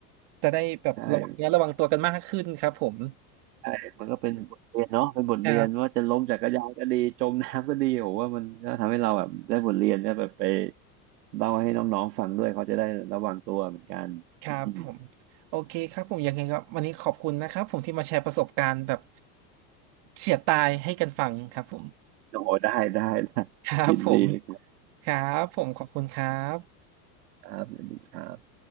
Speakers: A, on the right (about 60°); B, on the right (about 75°).
A: จะได้แบบระวังเนื้อระวังตัวกันมากขึ้นครับผม
B: ใช่ใช่มันก็เป็นบทเรียนเนาะเป็นบทเรียนว่าจะล้มจักรยานก็ดีจมน้ำก็ดีโอ้ว่ามันก็ทำให้เราแบบได้บทเรียนได้แบบไป
A: <laughs> ครับ
B: เล่าให้น้องๆฟังด้วยเขาจะได้ระวังตัวเหมือนกันอืม
A: ครับผมโอเคครับผมยังไงครับวันนี้ขอบคุณนะครับผมที่มาแชร์ประสบการณ์แบบเฉียดตายให้กันฟังครับผม
B: โอ้ได้ได้ได้ยินดีเลยครับ
A: ครับผมครับผมขอบคุณครับ
B: ครับสวัสดีครับ